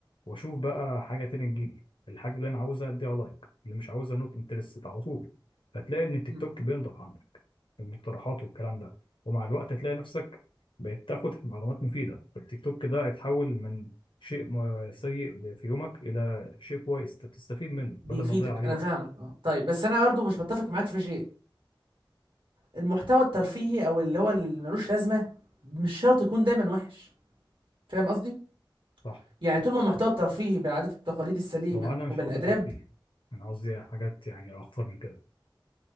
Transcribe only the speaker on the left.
واشوف بقى حاجه تانية تجيلي الحاجه اللي انا عاوزها اديها لايك اللي مش عاوزها نوت انترستد على طول فتلاقي ان التيك
توك بينضف عندك المقترحات والكلام ده ومع الوقت هتلاقي نفسك بقيت تاخد معلومات مفيده فالتيك توك ده يتحول من شيء م- سيء في يومك الى شيء كويس تستفيد منه
بدل ما تضيع عليه
وقتك
صح
ما هو انا مش
قصدي ترفيه انا قصدي حاجات يعني اخطر من كده